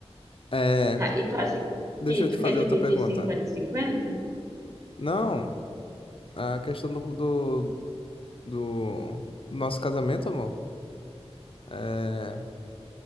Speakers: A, on the left; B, on the right.
A: É.
B: Tá, e tu acha
A: Deixa
B: que
A: eu te
B: tu
A: fazer
B: quer dividir
A: outra pergunta.
B: cinquenta e cinquenta
A: Não, a questão do, do, do nosso casamento, amor. É.